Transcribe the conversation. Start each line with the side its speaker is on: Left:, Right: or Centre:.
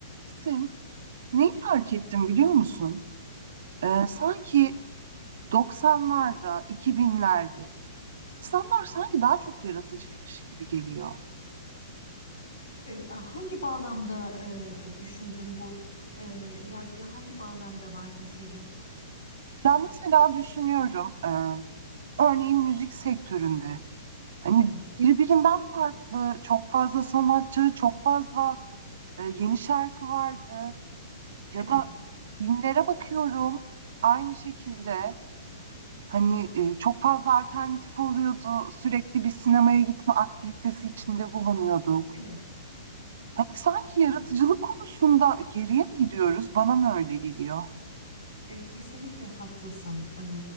Right: Sen neyi fark ettim biliyor musun? Ee,
Left: Ee,
Right: sanki 90'larda, 2000'lerde insanlar sanki daha çok yaratıcıymış gibi geliyor.
Left: E, Hangi bağlamda e, düşündün bu e, yargıya hangi bağlamda vardın Selin?
Right: Ya mesela düşünüyorum, e, örneğin müzik sektöründe hani
Left: Evet,
Right: birbirinden farklı çok fazla sanatçı, çok fazla e, yeni şarkı vardı. Ya
Left: evet,
Right: da filmlere bakıyorum aynı şekilde hani e, çok fazla alternatif oluyordu. Sürekli bir sinemaya gitme aktivitesi içinde bulunuyorduk.
Left: evet.
Right: Hani sanki yaratıcılık konusunda geriye mi gidiyoruz? Bana mı öyle geliyor?
Left: E, kesinlikle haklısın. E,